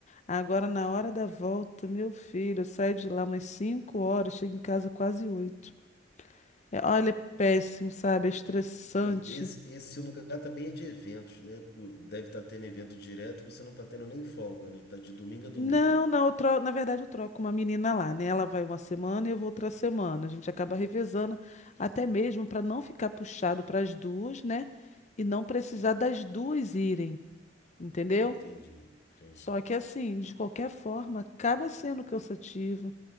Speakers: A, on the left; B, on the left.
A: Agora, na hora da volta, meu filho, eu saio de lá umas 5 horas, chego em casa quase oito É, olha, é péssimo, sabe? É estressante.
B: E esse, esse lugar também é de eventos, né? Pô, Deve estar tendo evento direto, você não está tendo nem folga, né? Tá de domingo a domingo.
A: Não, não, eu tro... na verdade eu troco uma menina lá, né? Ela vai uma semana e eu vou outra semana. A gente acaba revezando, até mesmo para não ficar puxado para as duas, né? E não precisar das duas irem, entendeu?
B: Entendi, entendi.
A: Só que assim, de qualquer forma, acaba sendo cansativo,